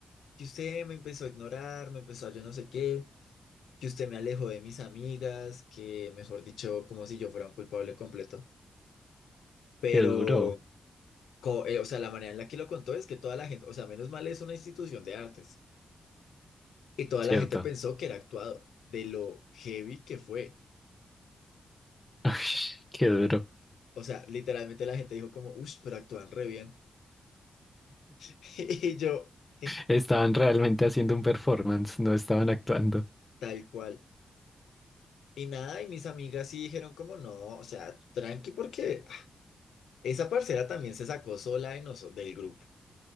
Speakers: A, on the left (about 85°); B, on the left (about 20°).
A: que usted me empezó a ignorar, me empezó a yo no sé qué, que usted me alejó de mis amigas, que mejor dicho, como si yo fuera un culpable completo. Pero,
B: Qué duro,
A: co- eh, o sea, la manera en la que lo contó es que toda la gente, o sea, menos mal es una institución de artes, y toda
B: ¿cierto?
A: la gente pensó que era actuado, de lo heavy que fue.
B: <laughs> Qué duro.
A: O sea, literalmente la gente dijo como, uff, pero actúan re bien. <laughs> Y yo, <laughs>
B: Estaban realmente haciendo un performance, no estaban actuando.
A: tal cual. Y nada, y mis amigas sí dijeron como no, o sea, tranqui porque ah, esa parcera también se sacó sola de noso- del grupo.